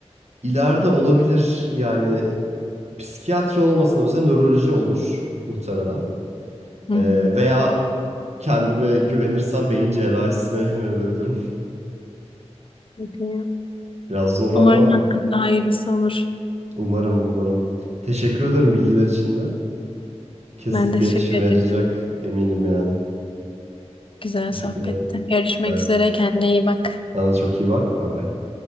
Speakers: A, on the right; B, on the left.
A: ileride olabilir yani psikiyatri olmasa da mesela nöroloji olur muhtemelen.
B: Hı
A: Ee,
B: hı.
A: veya kendime güvenirsem beyin cerrahisine <laughs> yönelebilirim.
B: Peki.
A: Biraz zor ama
B: Umarım hakkında hayırlısı olur.
A: umarım umarım. Teşekkür ederim bilgiler için de. Kesinlikle
B: Ben de teşekkür
A: işime
B: ederim.
A: yarayacak eminim yani.
B: Güzel
A: Teşekkür
B: sohbetti.
A: ederim.
B: Görüşmek
A: Evet,
B: üzere. Kendine iyi bak.
A: sana da çok iyi bak. Bay bay.